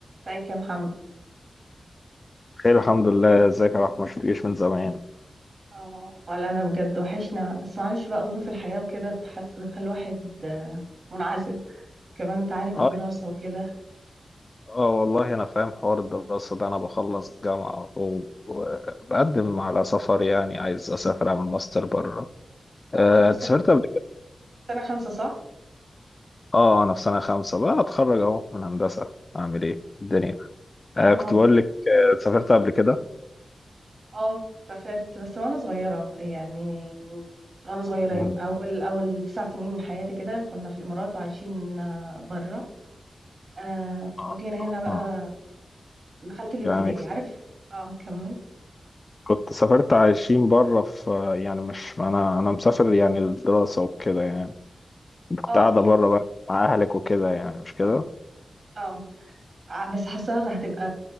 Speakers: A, on the right; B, on the left.
A: ازيك يا محمد
B: خير الحمد لله ازيك يا رحمة شفتكش من زمان
A: اه ولا انا بجد وحشنا بس معلش بقى ظروف الحياة وكده بتحس بتخلي الواحد آه، منعزل كمان انت عارف
B: اه
A: الدراسة وكده
B: اه والله انا فاهم حوار الدراسة ده انا بخلص جامعة و- وبقدم على سفر يعني عايز اسافر اعمل ماستر بره آه،
A: اه انت في
B: أنت
A: سنة
B: سافرت قبل كده
A: سنة خمسة صح
B: اه انا في سنة خمسة بقى اتخرج اهو من هندسة اعمل ايه الدنيا آه
A: يا عم
B: كنت
A: مبروك
B: بقول لك آه، سافرت قبل كده
A: اه سافرت بس وانا صغيرة يعني وانا صغيرة
B: مم.
A: يعني اول اول تسع سنين من حياتي كده كنا في الامارات وعايشين آه، بره آه
B: اه
A: جينا هنا بقى
B: اه
A: دخلت الابتدائي
B: يعني
A: عارف اه كمل
B: كنت سافرت عايشين بره في يعني مش انا انا مسافر يعني الدراسة وكده يعني كنت
A: اه
B: قاعدة بره بقى مع اهلك وكده يعني مش كده
A: اه ع- بس حاساها هتبقى